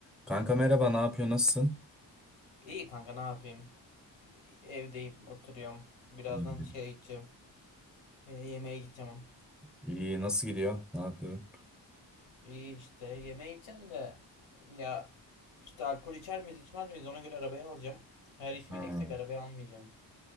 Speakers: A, in the centre; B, on the left.
A: Kanka merhaba, ne yapıyor, nasılsın?
B: İyi kanka ne yapayım? Evdeyim, oturuyorum. Birazdan
A: İyi.
B: şeye gideceğim. E, yemeğe gideceğim.
A: İyi, nasıl gidiyor? Ne yapıyor?
B: İyi işte yemeğe gideceğim de ya işte alkol içer miyiz içmez miyiz ona göre arabayı alacağım. Eğer içmeyeceksek
A: Ha,
B: arabayı almayacağım.